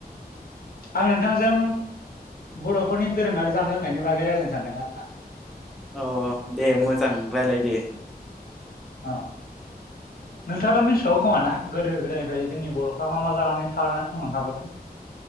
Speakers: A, on the left; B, in the centre.
A: आं नोंथांजों बर'फोरनि दोरोङारि जानाय लोंनायनि बागै रायलायनो सानदों आरो ना।
B: अ दे मोजां रायलाय दे।
A: ओ नोंथाङा दा मिथिखागौ खोमाना गोदो गोदायनिफ्राय जोंनि बर'फ्रा मा मा जानानै थाना थांनानै थाबोदों? <inaudible>